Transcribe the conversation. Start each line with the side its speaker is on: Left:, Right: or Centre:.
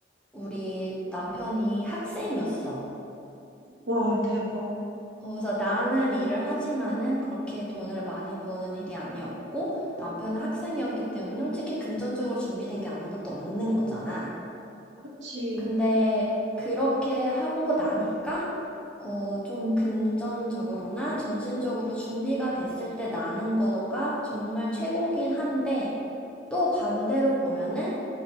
Centre: 우리 남편이 학생이었어.
Right: 와, 대박.
Centre: 어, 그래서 나는 일을 하지만은 그렇게 돈을 많이 버는 일이 아니었고 남편은 학생이었기 때문에 솔직히 금전적으로 준비된 게 아무것도 없는 거잖아.
Right: 그치.
Centre: 근데 그렇게 하고 나니까 어, 좀 금전적으로나 정신적으로 준비가 됐을 때 나는 거가 정말 최고긴 한데 또 반대로 보면은